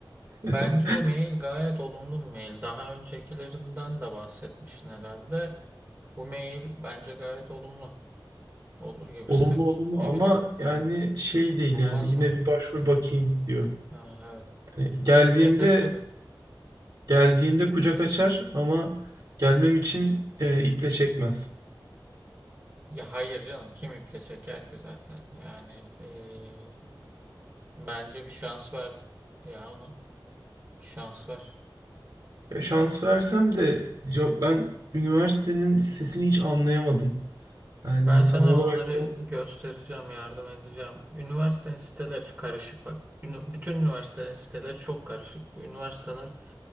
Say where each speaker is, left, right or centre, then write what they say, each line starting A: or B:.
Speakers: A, on the right; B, on the right.
A: <laughs>
B: bence o mail gayet olumlu bir mail. Daha öncekilerinden de bahsetmiştin herhalde. Bu mail bence gayet olumlu. Olur gibi
A: Olumlu
B: <laughs> sanki.
A: olumlu
B: Ne
A: ama
B: bileyim.
A: yani şey değil
B: Olmaz
A: yani yine
B: mı?
A: bir başvur bakayım diyor.
B: Ha, evet.
A: Yani geldiğimde
B: Ya tabii tabii.
A: geldiğimde kucak açar ama gelmem için e, iple çekmez.
B: Ya hayır canım kim iple çeker ki zaten. Yani eee, bence bir şans ver ya ona. Bir şans ver.
A: Ya şans versem de ya ben üniversitenin sitesini hiç anlayamadım. Yani
B: Ben sana
A: tam olarak
B: onları
A: ne-
B: göstereceğim, yardım edeceğim. Üniversitenin siteleri karışık bak. Ünü- bütün üniversitelerin siteleri çok karışık. Bu üniversiteler